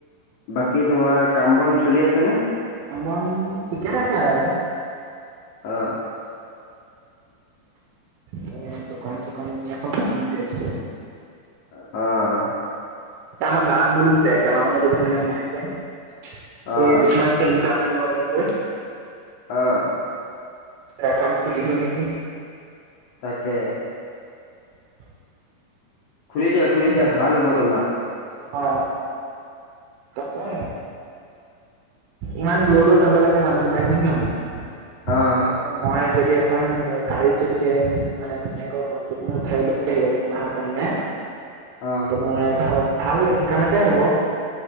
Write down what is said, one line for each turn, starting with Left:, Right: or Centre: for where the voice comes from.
Left: বাকী তোমাৰ কাম বন চলি আছে ন
Right: কাম বন ঠিকে থাকে আৰু
Left: অ
Right: ম দোকান চ কানি ন খা পান দি আছ
Left: অ
Right: আমাৰ গাৱঁত বোলো গেলামালৰ দোকান নাই যে এ
Left: অ',
Right: তোমাৰ চেন কাল যাব লাগ
Left: অ
Right: এখন খুলি দিও নেকি
Left: তাকে
Right: উম
Left: খুলি দিয়া খুলি দিয়া
Right: নাই?
Left: ভাল হ'ব তোমাৰ
Right: অ ত ইমান দূৰলৈ যাব লাগে মানুহ বিলাক হয়ে নহয়
Left: অ
Right: এ মই যদি এখন গাড়ীত যদি মানে মেকপ বস্তুখিনি উ খাই অহা কাৰণে
Left: অ
Right: তোমাৰ ধৰক ভাল ইনকাম এটাই হ'ব